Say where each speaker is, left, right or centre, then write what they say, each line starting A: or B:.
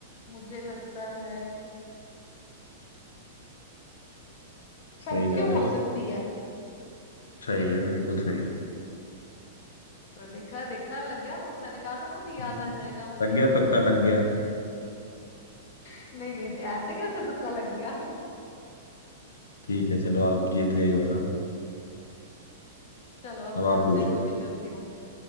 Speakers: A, on the left (about 50°); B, on the left (about 80°).
A: मुझे लगता है
B: सही
A: टोक्यो
B: जा रहे
A: हो
B: हो
A: सकती है
B: सही है बिल्कुल सही
A: तो देखा देखा लग गया मैंने कहा था ना भी याद
B: हम्म।
A: आ जाएगा मुझे
B: लग गया तुक्का लग गया
A: <laughs> नहीं नहीं ऐसे कैसे तुक्का लग गया
B: ठीक है चलो आप जीत गए ये वाला
A: चलो अब
B: अब
A: मैं आपसे
B: आप पूछो
A: क्वेश्चन करती हूँ